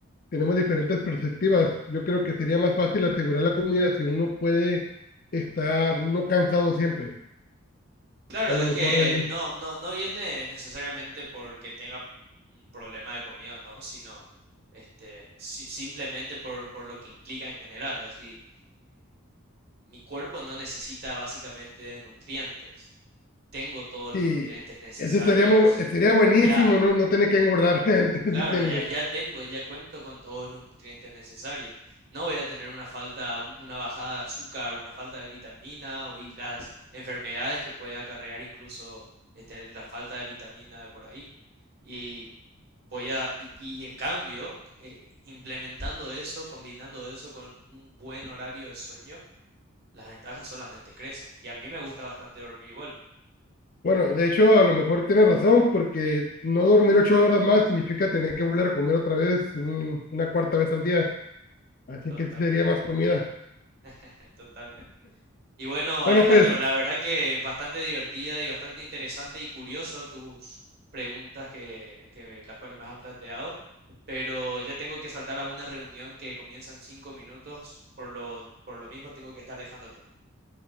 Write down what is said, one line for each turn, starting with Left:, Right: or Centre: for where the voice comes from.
Left: tenemos diferentes perspectivas. Yo creo que sería más fácil asegurar la comida si uno puede estar no cansado siempre.
Right: Claro,
Left: A lo
Right: es
Left: mejor
Right: que
Left: ahí,
Right: no, no, no viene necesariamente porque tenga un problema de comida, ¿no? Sino este, si- simplemente por, por lo que implica en general. Así, mi cuerpo no necesita básicamente nutrientes. Tengo todos
Left: sí,
Right: los nutrientes necesarios
Left: ese estaría, mu- sería buenísimo,
Right: ya.
Left: ¿no? No tener que engordar, <laughs> si
Right: Claro,
Left: tienes.
Right: ya, ya tengo, ya cuento con todos los nutrientes necesarios. No voy a tener una falta, un- una bajada de azúcar, una falta de vitamina o- y las enfermedades que puede acarrear incluso este, la falta de vitamina de por ahí. Y voy a, y, y en cambio, eh, implementando eso, combinando eso con un buen horario de sueño, las ventajas solamente crecen. Y a mí me gusta bastante dormir igual.
Left: Bueno, de hecho, a lo mejor tienes razón, porque no dormir ocho horas más significa tener que volver a comer otra vez, un- una cuarta vez al día. Así
Right: Totalmente,
Left: que sí sería más comida.
Right: <laughs> totalmente. Y bueno,
Left: Bueno,
Right: Alejandro,
Left: pues,
Right: la verdad que bastante divertida y bastante interesante y curioso tus preguntas que, que las cuales me han planteado, pero ya tengo que saltar a una reunión que comienza en cinco minutos, por lo, por lo mismo tengo que estar dejándote.